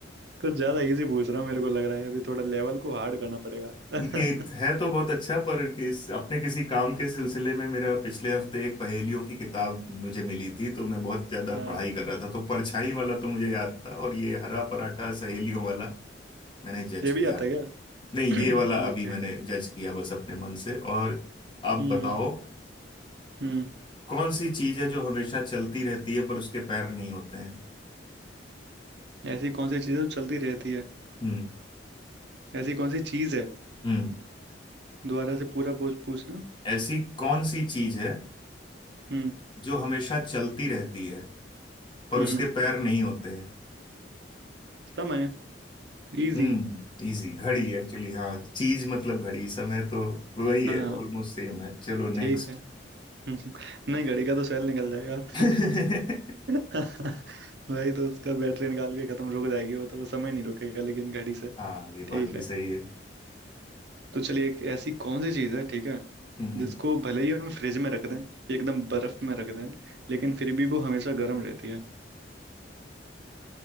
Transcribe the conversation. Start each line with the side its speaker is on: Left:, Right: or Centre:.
Right: कुछ ज्यादा इजी पूछ रहा हूँ मेरे को लग रहा है अभी थोड़ा लेवल को हार्ड करना पड़ेगा <laughs>
Left: नहीं है तो बहुत अच्छा पर किस अपने किसी काम के सिलसिले में मेरा पिछले हफ्ते एक पहेलियों की किताब मुझे मिली थी तो मैं बहुत ज्यादा
Right: हाँ
Left: पढ़ाई कर रहा था तो परछाई वाला तो मुझे याद था और ये हरा पराठा सहेलियों वाला मैंने जज
Right: ये
Left: किया
Right: भी आता है क्या
Left: नहीं ये
Right: <clears throat>
Left: वाला अभी
Right: ओके
Left: मैंने जज किया बस अपने मन से और अब
Right: हम्म
Left: बताओ
Right: हम्म
Left: कौन सी चीज है जो हमेशा चलती रहती है पर उसके पैर नहीं होते हैं
Right: ऐसी कौन सी चीज़ है जो चलती रहती है
Left: हम्म
Right: ऐसी कौन सी चीज़ है
Left: हम्म
Right: दोबारा से पूरा पूछ पूछना
Left: ऐसी कौन सी चीज है
Right: हम्म
Left: जो हमेशा चलती रहती है पर
Right: हम्म
Left: उसके पैर नहीं होते हैं
Right: समय इजी
Left: हम्म इजी घड़ी एक्चुअली हाँ चीज मतलब घड़ी समय तो वही है
Right: हाँ
Left: ऑलमोस्ट सेम है चलो नेक्स्ट
Right: ठीक है <laughs> नहीं घड़ी का तो सेल निकल जाएगा
Left: <laughs>
Right: <laughs> वही तो उसका बैटरी निकाल के खत्म रुक जाएगी वो तो वो समय नहीं रुकेगा लेकिन घड़ी से
Left: हाँ ये बात
Right: ठीक
Left: भी
Right: है
Left: सही है
Right: तो चलिए एक ऐसी कौन सी चीज है ठीक है
Left: हम्म
Right: जिसको
Left: हम्म।
Right: भले ही हम फ्रिज में रख दें एकदम बर्फ में रख दें लेकिन फिर भी वो हमेशा गर्म रहती है